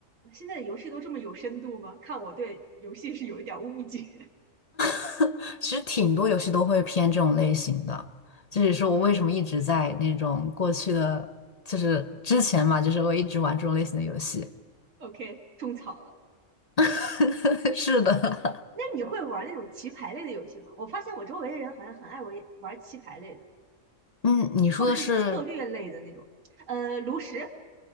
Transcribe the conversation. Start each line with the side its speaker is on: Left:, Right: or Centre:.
Right: 现在的游戏都这么有深度吗？看我对游戏是有一点儿误解。
Left: <laughs> 其实挺多游戏都会偏这种类型的，这也是我为什么一直在那种过去的，就是之前嘛，就是我一直玩这种类型的游戏。
Right: OK，种草了。
Left: <laughs> 是的，
Right: 那你会玩那种棋牌类的游戏吗？我发现我周围的人好像很爱玩玩棋牌类的，
Left: 嗯，你说的是
Right: 或者是策略类的那种。呃，炉石